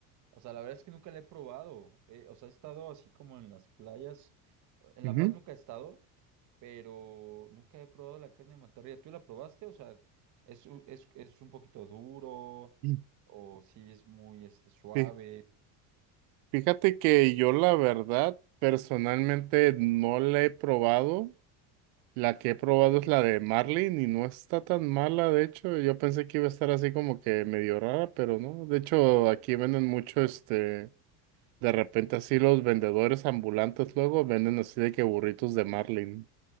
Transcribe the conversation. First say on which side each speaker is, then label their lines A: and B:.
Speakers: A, on the right (about 45°); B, on the right (about 60°).
A: o sea, la verdad es que nunca la he probado. eh, o sea, he estado así como en las playas. En
B: ujú.
A: La Paz nunca he estado, pero nunca he probado la carne de mantarraya. ¿Tú la probaste? O sea, ¿es, u- es, es un poquito duro?
B: Mm.
A: ¿O si es muy este, suave?
B: Fí- Fíjate que yo la verdad personalmente no la he probado. La que he probado es la de Marlin y no está tan mala, de hecho. Yo pensé que iba a estar así como que medio rara, pero no. De hecho, aquí venden mucho, este, de repente así los vendedores ambulantes luego venden así de que burritos de Marlin.